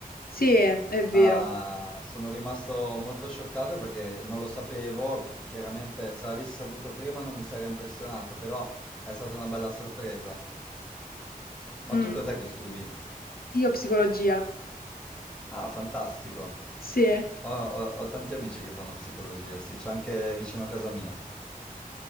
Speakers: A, on the left; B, in the centre.
A: Sì, è, è vero.
B: Ah, sono rimasto molto scioccato perché non lo sapevo, chiaramente se l'avessi saputo prima non mi sarei impressionato, però è stata una bella sorpresa. Ma
A: Mm,
B: tu cos'è che studi?
A: io psicologia.
B: Ah, fantastico.
A: Sì.
B: Ho, ho- ho tanti amici che fanno psicologia, sì, c'è anche vicino a casa mia.